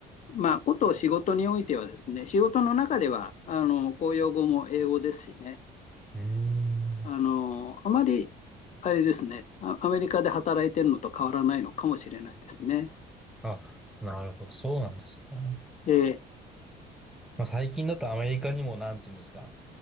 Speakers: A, on the left (about 45°); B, in the centre.
A: まあ、こと仕事においてはですね、仕事の中では、あの、公用語も英語ですしね、
B: ーん。
A: あの、あまり、あれですね、あアメリカで働いてるのと変わらないのかもしれないですね。
B: あ、なるほど。そうなんですね。
A: えー
B: まあ、最近だとアメリカにも、なんていうんですか。